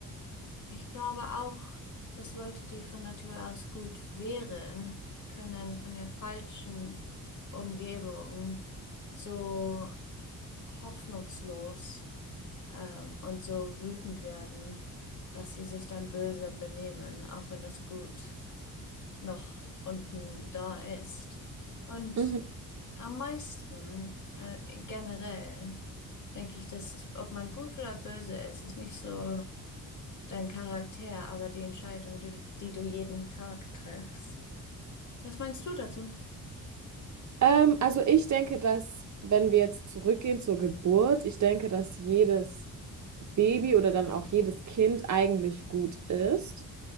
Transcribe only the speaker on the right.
Mhm.
Ähm, also ich denke, dass, wenn wir jetzt zurückgehen zur Geburt, ich denke, dass jedes Baby oder dann auch jedes Kind eigentlich gut ist.